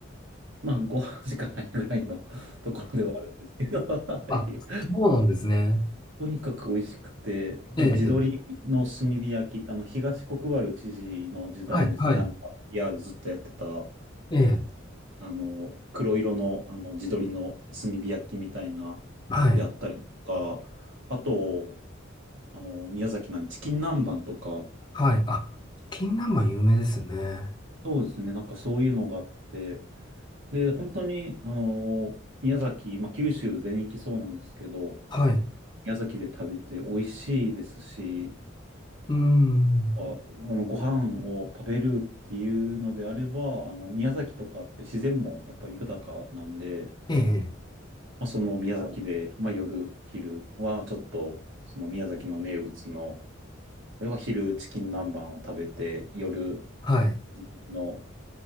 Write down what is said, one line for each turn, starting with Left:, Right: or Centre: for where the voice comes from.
Right: まあ、ご飯しかないぐらいの <laughs> ところではあるんですけど、<laughs> はい。
Left: あ、そうなんですね。
Right: とにかく美味しくて、
Left: ええ、
Right: まあ、
Left: ええ
Right: 地鶏の炭火焼き、あの、東国原知事の時代ですね、
Left: はい、はい。
Right: なんか p ルずっとやってた、
Left: ええ、
Right: あの、黒色の、あの、地鶏の炭火焼きみたいな、
Left: はい、
Right: であったりとか、あと、あの、宮崎なんでチキン南蛮とか、
Left: はい。あ、金南蛮有名ですよね。
Right: そうですね。なんかそういうのがあって、で、本当に、あの、宮崎、まあ、九州全域そうなんですけど、
Left: はい。
Right: 宮崎で食べて美味しいですし、
Left: うーん。
Right: あ、あの、ご飯を食べるっていうのであれば、あの、宮崎とかって自然もやっぱり豊かなんで、
Left: ええ、
Right: まあ、その宮崎で、まあ、夜、昼はちょっと、その宮崎の名物の、例えば昼チキン南蛮を食べて、夜、
Left: はい。
Right: の